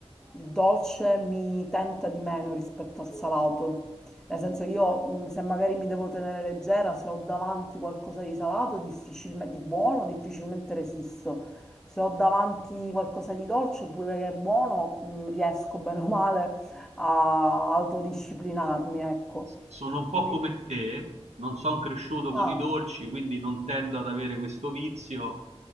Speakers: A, in the centre; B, on the right.
A: Il dolce mi tenta di meno rispetto al salato, nel senso io mh, se magari mi devo tenere leggera, se ho davanti qualcosa di salato, difficilme- di buono, difficilmente resisto. Se ho davanti qualcosa di dolce, pure che è buono, mh, riesco bene o male a autodisciplinarmi, ecco.
B: Sono un po'
A: Quindi,
B: come te, non son cresciuto con
A: ah,
B: i dolci, quindi non tendo ad avere questo vizio.